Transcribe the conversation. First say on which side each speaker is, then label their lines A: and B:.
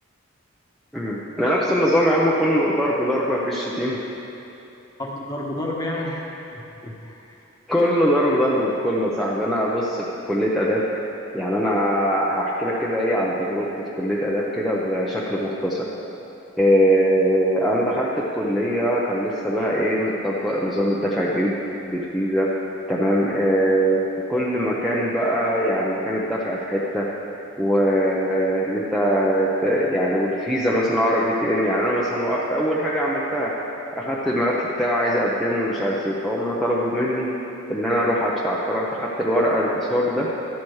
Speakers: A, in the centre; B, on the left.
A: مم. انا نفس النظام يا عم كله ضرب ضرب مفيش شتيمة
B: برضو ضرب ضرب يعني <laughs>
A: كله ضرب ضرب بكله يا صاحبي انا بص في كليه اداب يعني انا هحكي لك كده ايه عن تجربتي في كليه اداب كده بشكل مختصر إيه انا دخلت الكليه كان لسه بقى ايه متطبق نظام الدفع الجديد بالفيزا تمام إيه وكل مكان بقى يعني مكان الدفع في حته وان انت ت- يعني والفيزا مثلا اقرب اي تي ام يعني انا مثلا وقفت اول حاجه عملتها اخدت الملف بتاعه عايز اقدمه ومش عارف ايه فهم طلبوا مني ان انا اروح ادفع فرحت اخدت الورقه الايصال ده